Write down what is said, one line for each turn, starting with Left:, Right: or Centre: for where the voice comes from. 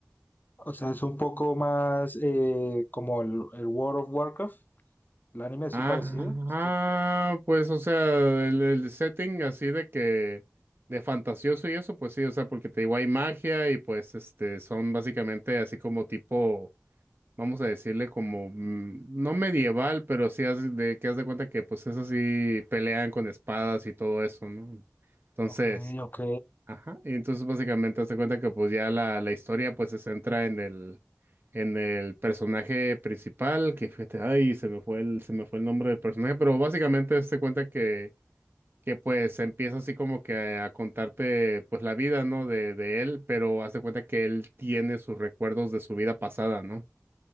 Left: O sea, es un poco más eh, como el, el World of Warcraft, el anime así
Right: Ah,
Left: parecido. Sí,
Right: ah,
Left: sí.
Right: pues, o sea, el, el setting así de que, de fantasioso y eso, pues sí, o sea, porque te digo, hay magia y pues, este, son básicamente así como tipo, vamos a decirle como, mm, no medieval, pero sí haz de, que haz de cuenta que, pues, es así, pelean con espadas y todo eso, ¿no? Entonces,
Left: Ok, ok,
Right: Ajá. Y entonces básicamente hazte cuenta que pues ya la, la historia pues se centra en el en el personaje principal, que fíjate, ay, se me fue el, se me fue el nombre del personaje, pero básicamente hazte cuenta que, que pues empieza así como que a, contarte pues la vida, ¿no? De, de él, pero hazte cuenta que él tiene sus recuerdos de su vida pasada, ¿no?